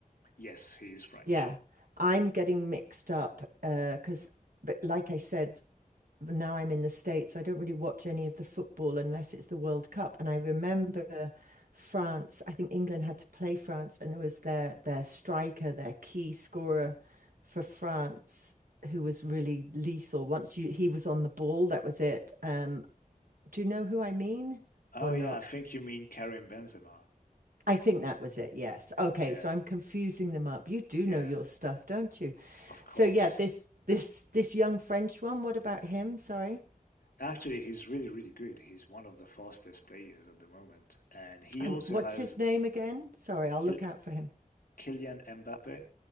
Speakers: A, on the left; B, on the right.
A: Yes, he is French.
B: Yeah. I'm getting mixed up uh 'cause but like I said now I'm in the States, I don't really watch any of the football unless it's the World Cup. And I remember France, I think England had to play France, and it was their their striker, their key scorer for France, who was really lethal. Once you he was on the ball, that was it. Um, do you know who I mean
A: Oh
B: or not?
A: yeah, I think you mean Karim Benzema.
B: I think that was it, yes. Okay,
A: Yeah,
B: so I'm confusing them up. You do
A: yeah.
B: know your stuff, don't you?
A: Of course.
B: So yeah, this this this young French one, what about him? Sorry.
A: Actually, he's really, really good. He's one of the fastest players at the moment. And he
B: And
A: also
B: what's
A: has
B: his name again? Sorry, I'll
A: Kyl-
B: look out for him.
A: Kylian Mbappe.